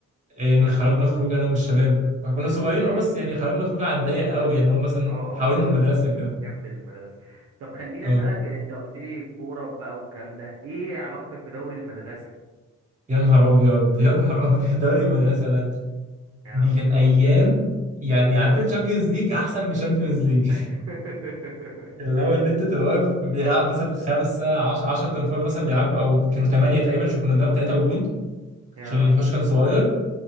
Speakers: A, on the right; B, on the right.
A: يعني
B: صح
A: خرجنا خروج انا والشباب كنا صغيرين
B: أيوه
A: اه بس يعني خرجنا خروج على الضيق
B: ب...
A: قوي
B: اه
A: يعني اللي هو مثلا حوالين
B: اه آه.
A: المدرسة كده
B: جنب المدرسة طب خليني
A: اه
B: أسألك أنت قلت لي كورة بقى والكلام ده إيه علاقتك بدوري المدرسة؟
A: يا نهار ابيض <laughs> يا نهار ابيض دوري المدرسة ده
B: أه
A: دي كانت ايام
B: قول لي
A: يعني عارف الشامبيونز ليج احسن من الشامبيونز ليج
B: <laughs>
A: اللي هو ان انت تبقى واقف بيلعب مثلا خمسه 10 10 تنفار مثلا بيلعبوا او كانوا ثمانيه تقريبا عشان كنا بنلعب ثلاثه وجون
B: أه
A: عشان الحوش كان صغير